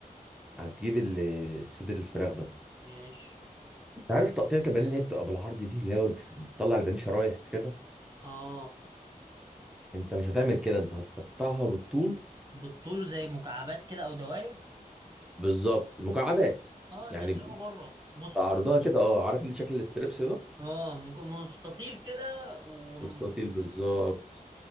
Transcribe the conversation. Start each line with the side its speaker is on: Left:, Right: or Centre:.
Centre: هتجيب ال- الصدر الفراخ ده
Right: ماشي
Centre: انت عارف تقطيعة البانيه اللي هي بتبقى بالعرض دي اللي هي بتطلع البانيه شرايح كده
Right: اه
Centre: انت مش هتعمل كده انت هتقطعها بالطول
Right: بالطول زي مكعبات كده او دوائر
Centre: بالظبط مكعبات
Right: اه
Centre: يعني
Right: زي اللي هو بره مست...
Centre: عرضها كده اه عارف انت شكل الاستريبس ده
Right: اه مك- مستطيل كده وم-
Centre: مستطيل
Right: وم-
Centre: بالظبط